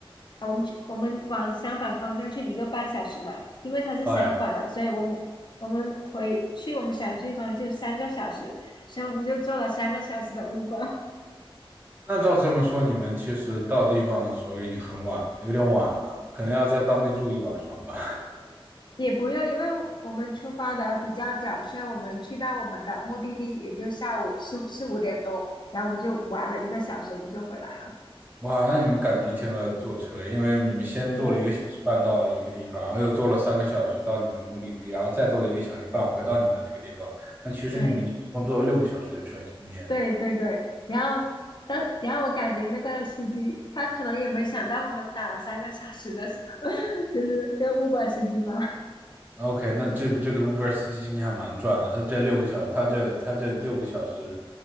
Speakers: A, on the left; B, on the right.
A: 啊我们去，我们往相反方向去一个半小时嘛，因为它是相反的，
B: 哎，
A: 所以我们我们回去我们想去的地方就三个小时，所以我们就坐了三个小时的 Uber，
B: 那照这么说，你们其实到地方的时候已经很晚了，有点晚了，可能要在当地住一晚上吧。
A: <laughs> 也不用，因为我们出发的比较早，所以我们去到我们的目的地也就下午四四五点多，然后我们就玩了一个小时，我们就回来了。
B: 哇，那你们感觉一天都在坐车，因为你们先坐了一个小时半到一个地方，
A: 对
B: 然后又坐了三个小时到你们目的地，然后再坐了一个小时半回到你们的那个地方。那其实你们就一共坐了六个小时的车今天。
A: 对对对对，然后但然后我感觉那个司机他可能也没想到我们打了三个小时的，<laughs> 就是那个 Uber 司机吧。
B: OK，那这这个
A: 嗯
B: Uber 司机今天还蛮赚的，他这六个小，他这他这六个小时